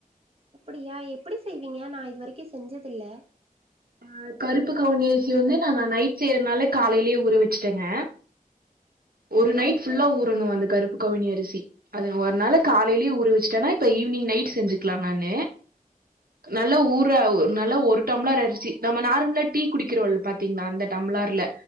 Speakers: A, on the right; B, on the right.
A: அப்டியா எப்படி செய்வீங்க நான் இது வரைக்கு செஞ்சதில்ல
B: ஆ கருப்பு கவுனி அரிசி வந்து நான் நான் நைட் செய்யறனால காலையிலேயே ஊற வச்சிட்டேங்க ஒரு நைட் ஃபுல்லா ஊறணு அந்த கருப்பு கவுனி அரிசி அது ஒரு நாள்ல காலையிலயே ஊறவச்சுட்டேன்னா இப்ப ஈவினிங் நைட் செஞ்சுக்கலாம் நானு நல்லா ஊற நல்லா ஒரு டம்ளர் அரிசி நம்ம நார்மலா டீ குடிக்கிறோல பாத்தீங்களா அந்த டம்ளர்ல